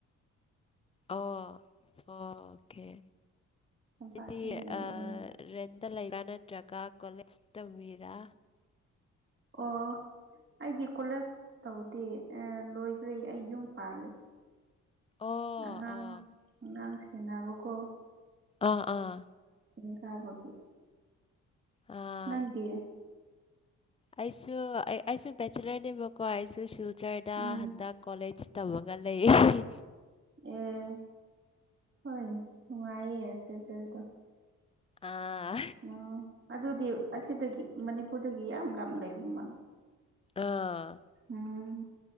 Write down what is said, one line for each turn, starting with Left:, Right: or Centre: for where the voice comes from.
Left: ꯑꯣ ꯑꯣꯀꯦ
Right: ꯇꯝꯄꯥꯛꯇ
Left: ꯑꯗꯨꯗꯤ
Right: ꯂꯩꯌꯦ
Left: ꯑ
Right: ꯑꯩ
Left: ꯔ‌ꯦꯟ ꯂꯩꯕ꯭ꯔꯥ ꯅꯠꯇ꯭ꯔꯒ ꯀꯣꯂꯦꯖ ꯇꯝꯃꯤꯔꯥ
Right: ꯑꯣ ꯑꯩꯗꯤ ꯀꯣꯂꯦꯖ ꯇꯧꯗꯦ ꯂꯣꯏꯈ꯭ꯔꯦ ꯑꯩ ꯌꯨꯝ ꯄꯥꯜꯂ‌ꯦ
Left: ꯑꯣ
Right: ꯑꯉꯥꯡꯅꯤ
Left: ꯑꯣ
Right: ꯑꯉꯥꯡ ꯁꯦꯟꯅꯕꯀꯣ
Left: ꯑꯥ ꯑꯥ
Right: ꯏꯀꯕꯒꯤ
Left: ꯑꯥ
Right: ꯅꯪꯗꯤ
Left: ꯑꯩꯁꯨ ꯑꯩꯁꯨ ꯕ‌ꯦꯆꯂꯔꯅꯦꯕꯀꯣ ꯑꯦꯁꯨꯁꯨ ꯆꯔꯗ
Right: ꯎꯝ
Left: ꯍꯟꯗꯛ ꯀꯣꯂꯦꯖ ꯇꯝꯃꯒ ꯂꯩꯌ‌ꯦ
Right: ꯑꯦ ꯍꯣꯏꯅ‌ꯦ ꯉꯥꯏꯌꯦ ꯁꯤꯜꯆꯔꯗꫭ
Left: ꯑꯥ
Right: ꯎꯝ ꯑꯗꯨꯗꯤ ꯑꯁꯤꯗꯒꯤ ꯃꯅꯤꯄꯨꯔꯗꯒꯤ ꯌꯥꯝ ꯂꯥꯞꯅ ꯂꯩꯕ ꯃꯥꯜ
Left: ꯑꯥ
Right: ꯎꯝ